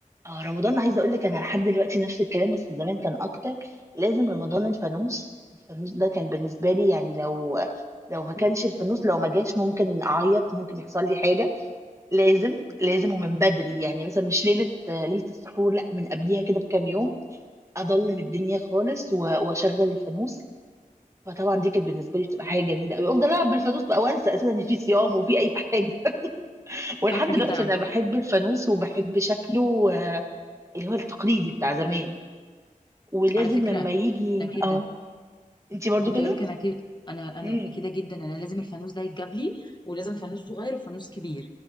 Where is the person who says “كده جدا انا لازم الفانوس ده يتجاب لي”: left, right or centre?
Left